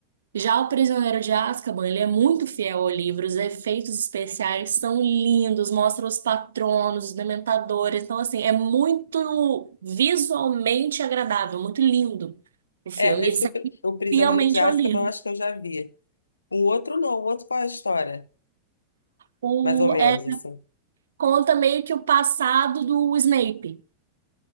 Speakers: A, on the right; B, on the left.
A: Já o Prisioneiro de Azkaban, ele é muito fiel ao livro, os efeitos especiais são lindos, mostra os patronos, os dementadores, então assim, é muito visualmente agradável, muito lindo o filme,
B: É, esse
A: isso é
B: Pri- o Prisioneiro
A: fielmente
B: de Azkaban,
A: ao livro.
B: eu acho que eu já vi. O outro não, o outro qual é a história?
A: O,
B: Mais ou menos,
A: é,
B: assim.
A: conta meio que o passado do Snape,